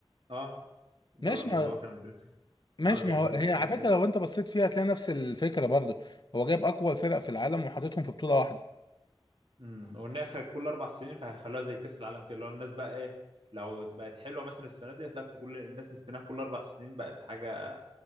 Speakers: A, on the right; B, on the left.
A: اه الدوري
B: ماشي
A: اللي
B: ما
A: هو كان بيريز
B: ماشي
A: كان عاوز
B: ما
A: يعمله
B: هو هي
A: والكلام
B: على
A: ده
B: فكره لو انت بصيت فيها هتلاقي نفس الفكره برضه هو جايب اقوى الفرق في العالم وحاططهم في بطوله واحده
A: امم وان هي خ- كل اربع سنين فهيخلوها زي كاس العالم كده اللي هو الناس بقى ايه لو بقت حلوه مثلا السنه دي هتلاقي كل الناس مستناها كل اربع سنين بقت حاجه